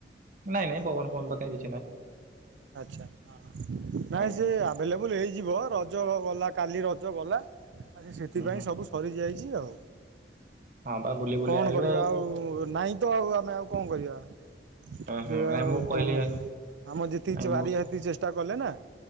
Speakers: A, on the right (about 45°); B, on the right (about 85°).
A: ନାଇଁ ନାଇଁ ପବନ ଫବନ ତ କହିଁ
B: ଆଚ୍ଛା ହ ନାଇଁ
A: ଆଜ୍ଞା
B: ସେ। ଆଭେଲେବୁଲ୍ ହେଇଯିବ ରଜ ଗଲା କାଲି ରଜ ଗଲା ଆ ସେଥିପାଇଁ
A: ହୁଁ ହୁଁ
B: ସବୁ ସରିଯାଇଛି ଆଉ।
A: ହଁ ବା ବୁଲି। ବୁଲି
B: କଣ
A: ଆଇଲୁ
B: କରିବା ଆଉ ନାଇଁ ତ ଆଉ। ଆମେ ଆଉ କଣ କରିବା? ସେ
A: ହୁଁ ନାଇଁ
B: ଆଉ
A: ମୁଁ କହିଲି
B: କଣ ଆମ ଯେତିକି
A: ନାଇଁ ମୁଁ
B: ପାରିଆ ସେତିକି ଚେଷ୍ଟା କଲେ ନା।